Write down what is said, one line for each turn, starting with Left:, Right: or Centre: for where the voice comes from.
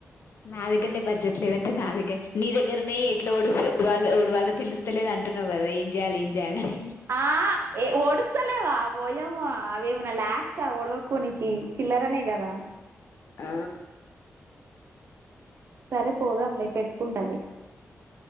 Left: నా దగ్గరనే బడ్జెట్ లేదంటే నా దగ్గర నీ దగ్గరనే ఎట్లా ఉడుస్తో ఉడవాళ్ళో తెలుస్తలేదంట అంటున్నావ్ కాదా ఏం చేయాలి ఏం చేయాలని
Right: ఆ ఏ ఒడుస్తలేవా ఓయామో అవేమనా ల్యాక్సా ఉడవకపోనీకి చిల్లరనే కదా
Left: ఆ
Right: సరే పోదాంలే పెట్టుకుంటాలే